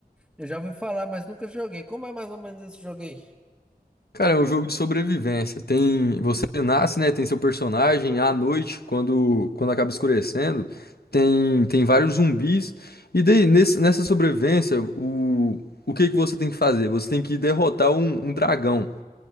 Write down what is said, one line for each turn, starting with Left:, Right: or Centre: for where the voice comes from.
Centre: Eu já ouvi falar, mas nunca joguei. Como é mais ou menos esse jogo aí?
Left: Cara, é um jogo de sobrevivência. Tem, você nasce, né? Tem seu personagem à noite, quando, quando acaba escurecendo, tem, tem vários zumbis. E daí, nesse- nessa sobrevivência, o, o que que você tem que fazer? Você tem que derrotar um, um dragão.